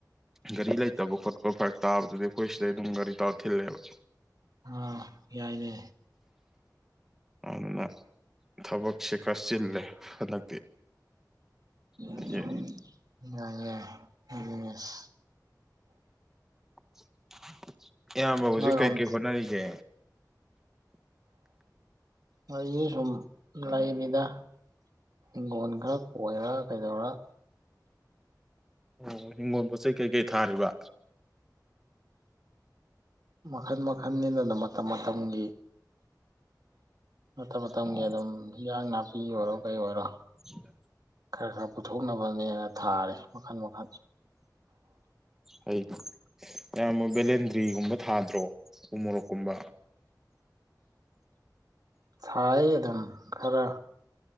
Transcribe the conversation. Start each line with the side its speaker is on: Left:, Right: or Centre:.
Centre: ꯒꯥꯔꯤ ꯂꯩꯇꯕ ꯈꯣꯠꯄ ꯐꯔꯛ ꯇꯥꯕꯗꯨꯗꯤ ꯑꯩꯈꯣꯏ ꯁꯤꯗꯩ ꯑꯗꯨꯝ ꯒꯥꯔꯤ ꯇꯔ ꯊꯤꯜꯂꯦꯕ
Right: ꯑꯥ ꯌꯥꯏꯅꯦ
Centre: ꯑꯗꯨꯅ ꯊꯕꯛꯁꯦ ꯈꯔ ꯆꯤꯜꯂꯦ ꯍꯟꯗꯛꯇꯤ
Right: <unintelligible>
Centre: ꯑꯗꯒꯤ
Right: <inaudible>
Centre: <inaudible> ꯏꯌꯥꯝꯕ ꯍꯧꯖꯤꯛ
Right: ꯅꯣꯏꯔꯣꯝ
Centre: ꯀꯩꯀꯩ ꯍꯣꯠꯅꯔꯤꯒꯦ
Right: ꯑꯩꯁꯨ ꯁꯨꯝ ꯂꯩꯔꯤꯗ ꯍꯤꯡꯒꯣꯟ ꯈꯔ ꯀꯣꯏꯔ ꯀꯩꯗꯧꯔꯒ
Centre: ꯑꯣ ꯍꯤꯡꯒꯣꯜ ꯄꯣꯠ ꯆꯩ ꯀꯩꯀꯩ ꯊꯥꯔꯤꯕ
Right: ꯃꯈꯜ ꯃꯈꯜꯅꯤꯗ ꯃꯇꯝ ꯃꯇꯝꯒꯤ ꯃꯇꯝ ꯃꯇꯝꯒꯤ
Centre: ꯑꯣ
Right: ꯑꯗꯨꯝ ꯍꯤꯌꯥꯡ ꯅꯥ ꯐꯤ ꯑꯣꯏꯔꯣ ꯀꯩ ꯑꯣꯏꯔꯣ
Centre: <inaudible>
Right: ꯈꯔ ꯈꯔ ꯄꯨꯊꯣꯛꯅꯕꯅꯦꯅ ꯊꯥꯔꯦ ꯃꯈꯜ ꯃꯈꯜ
Centre: ꯍꯥꯏ ꯑꯦꯌꯝꯕ ꯕꯦꯂꯦꯟꯗꯔ ꯐꯔꯤꯒꯨꯝꯕ ꯊꯥꯗ꯭ꯔꯣ ꯎ ꯃꯣꯔꯣꯛꯀꯨꯝꯕ
Right: ꯊꯥꯏ ꯑꯗꯨꯝ ꯈꯔ